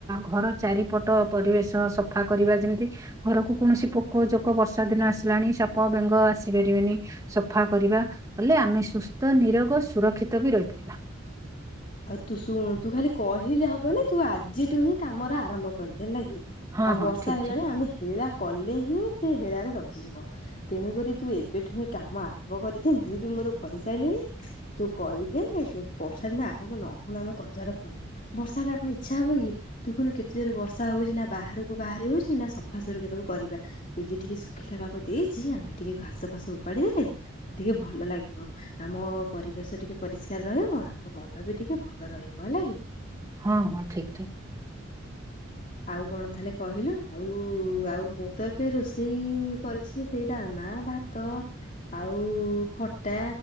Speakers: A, on the right; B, on the left.
A: ଘର ଚାରିପଟ ପରିବେଶ ସଫା କରିବା, ଯେମିତି ଘରକୁ କୌଣସି ପୋକ ଜୋକ ବର୍ଷା ଦିନ ଆସିଲାଣି, ସାପ ବେଙ୍ଗ ଆସି ପାରିବେନି। ସଫା କରିବା, ହେଲେ ଆମେ ସୁସ୍ଥ ନିରୋଗ ସୁରକ୍ଷିତ ବି ରହିପାରିବା।
B: ଆଉ ତୁ ଶୁଣ, ତୁ ଖାଲି କହିଲେ ହବନି, ତୁ ଆଜିଠୁ ହିଁ କାମର ଆରମ୍ଭ କରିଦେ, ହେଲା କି?
A: ହଁ
B: ଆଉ ବର୍ଷା
A: ହଁ ଠିକ
B: ହେଲାଣି,
A: ଠିକ
B: ଆମେ ହେଳା କଲେ ହିଁ ସେ ହେଳାରେ ରହିଯିବ। ତେଣୁ କରି ତୁ ଏବେଠୁ ହିଁ କାମ ଆରମ୍ଭ କରିଦେ, ମୁଁ ବି ମୋର କରିସାଇଲିଣି ତୁ କରିଦେ, ବର୍ଷା ଦିନ ଆରମ୍ଭ ନ ହଉଣୁ, ଆମେ ଆରମ୍ଭ କରିଦବାଟା ଭଲ। ବର୍ଷା ହେଲେ, ଆଉ କଣ ଇଛା ହବ କି? ଦେଖୁନୁ କେତେ ଜୋର ବର୍ଷା ହଉଚି, ନା ବାହାରକୁ ବାହାରେ ହଉଚି, ନା ସଫାସୁତୁରା କେତେବେଳେ କରିବା? ଏବେ ଟିକେ ଶୁଖିଲା ପାଗ ଦେଇଚି, ଆମେ ଟିକେ ଘାସ ଫାସ ଉପାଡିଦେଲେ ଟିକେ ଭଲ ଲାଗିବ, ଆମ ପରିବେଶ ଟିକେ ପରିଷ୍କାର ରହିବ, ଆମ ମନ ବି ଟିକେ ଭଲ ରହିବ, ହେଲାକି?
A: ହଁ, ହଁ, ଠିକ୍ ଠିକ୍।
B: ଆଉ କଣ ତାହେଲେ କହିଲୁ ଆଉ-ଆଉ ମୁଁ ତ ଏବେ ରୋଷେଇ କରିଛି ସେଇ ଡାଲମା ଭା ତ ଆଉ ଖଟା।